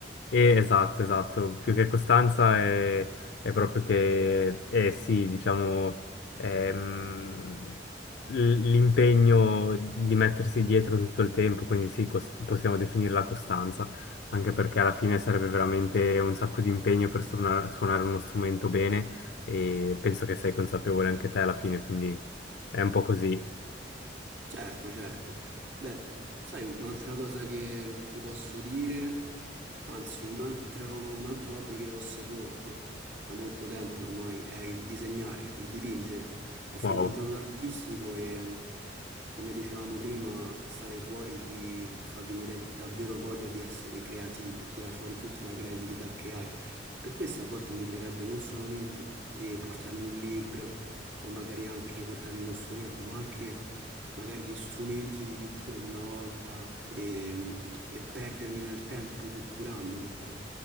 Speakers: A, on the left; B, on the right.
A: Eh, esatto, esatto, più che costanza è, è proprio che, eh, sì, diciamo, ehm, l- l'impegno di mettersi dietro tutto il tempo, quindi sì, cos- possiamo definire la costanza, anche perché alla fine sarebbe veramente un sacco di impegno per suona- suonare uno strumento bene e penso che sei consapevole anche te alla fine, quindi è un po' così.
B: Certo, certo. Beh, sai, un'altra cosa che ti posso dire, anzi, un altro, un altro hobby che ho sepolto da molto tempo ormai è il disegnare, il dipingere. Ho frequentato
A: Wow.
B: l'artistico e, come dicevamo prima, stare fuori ti fa venire davvero voglia di essere creativo, tira fuori tutta la creatività che hai. Per questo a volte mi piacerebbe non solamente eh, portarmi un libro o magari anche portarmi uno strumento, ma anche magari gli strumenti di pittura di una volta e, e perdermi nel tempo pitturando, ecco.